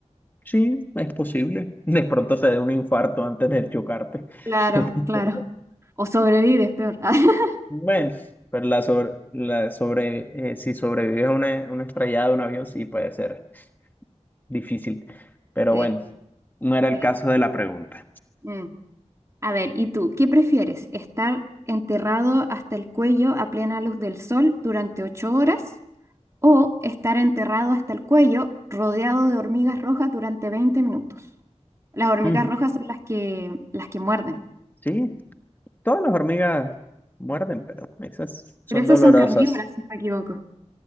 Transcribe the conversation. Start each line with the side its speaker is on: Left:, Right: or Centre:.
Left: Sí, es posible. <laughs> De pronto te dé un infarto antes de chocarte.
Right: Claro,
Left: <laughs>
Right: claro. O sobrevives, peor. <laughs>
Left: Bueno, pero la sobre, la sobre, eh, si sobrevives a una, una estrellada de un avión, sí puede ser difícil. Pero
Right: Sí,
Left: bueno, no era el
Right: sí.
Left: caso de la pregunta.
Right: Mm. A ver, ¿y tú qué prefieres? ¿Estar enterrado hasta el cuello a plena luz del sol durante ocho horas o estar enterrado hasta el cuello rodeado de hormigas rojas durante 20 minutos? Las hormigas
Left: Mm,
Right: rojas son las que, las que muerden.
Left: sí, todas las hormigas muerden, pero esas son
Right: Pero esas
Left: dolorosas.
Right: son carnívoras, si no me equivoco,